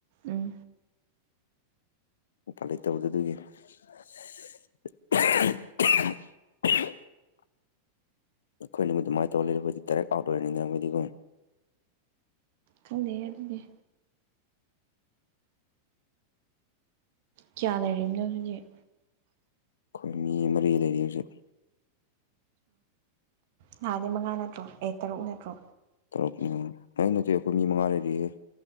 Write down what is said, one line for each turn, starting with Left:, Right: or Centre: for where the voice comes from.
Right: ꯎꯝ
Left: ꯎꯄꯥꯜ ꯂꯩꯇꯕꯗꯨ ꯑꯗꯨꯒꯤ <unintelligible> <inaudible> ꯑꯩꯈꯣꯏꯅꯕꯨ ꯑꯗꯨꯃꯥꯏꯅ ꯇꯧꯔ ꯂꯩꯗꯤ ꯗꯥꯏꯔꯦꯛ ꯑꯥꯎꯠ ꯑꯣꯏꯔꯅꯤꯡꯗꯕꯗꯤ
Right: ꯍ ꯂꯩ ꯑꯗꯨꯗꯤ ꯀꯌꯥ ꯂꯩꯅꯣ ꯍꯧꯖꯤꯖꯤꯛ
Left: ꯑꯩꯈꯣꯏ ꯃꯤ ꯃꯔꯤ ꯂꯩꯔꯤ ꯍꯧꯖꯤꯛ
Right: ꯅꯍꯥꯟꯅꯤ ꯃꯉꯥ ꯅꯠꯇ꯭ꯔꯣ ꯑꯦ ꯇꯔꯨꯛ ꯅꯠꯇ꯭ꯔꯣ
Left: ꯇꯔꯛꯅꯦ ꯑꯩꯅꯠꯇ ꯑꯩꯈꯣꯏ ꯃꯤ ꯃꯉꯥ ꯂꯩꯔꯤꯌꯦꯦ